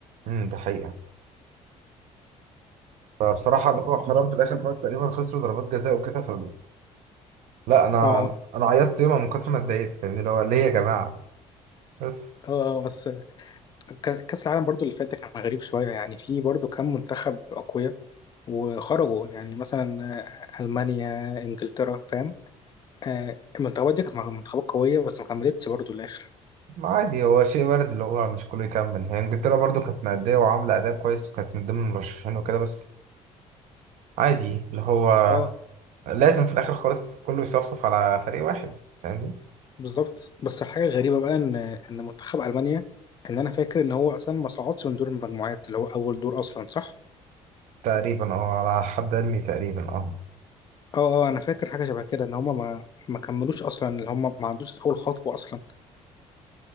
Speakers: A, on the right; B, on the left.
A: امم دي حقيقه فبصراحه اللي هو حرام في الاخر خالص تقريبا خسروا ضربات جزاء وكده ف لا انا
B: اه
A: انا أنا عيطت يومها من كتر ما اتضايقت فاهمني اللي هو ليه يا جماعه بس
B: اه آه، بس ك- كأس العالم برضو اللي فات ده كان غريب شوية يعني في برضو كام منتخب أقوياء وخرجوا يعني مثلا آه، ألمانيا إنجلترا فاهم آه، المنتخبات دي كانت منتخبات قوية بس ما كملتش برضو الآخر
A: ما عادي هو شيء وارد اللي هو مش كله يكمل هي انجلترا برضو كانت مأدية وعاملة أداء كويس وكانت من ضمن المرشحين وكده بس عادي اللي هو
B: اه
A: لازم في الاخر خالص كله يصفصف على فريق واحد فاهمني
B: بالظبط بس الحاجة الغريبة بقى إن إن منتخب ألمانيا إن أنا فاكر إن هو أصلا ما صعدش من دور المجموعات اللي هو أول دور أصلا صح؟
A: تقريبا اه على حد علمي تقريبا اه
B: اه اه أنا فاكر حاجة شبه كده إن هما ما ما كملوش أصلا اللي هما ما عندوش أول خطوة أصلا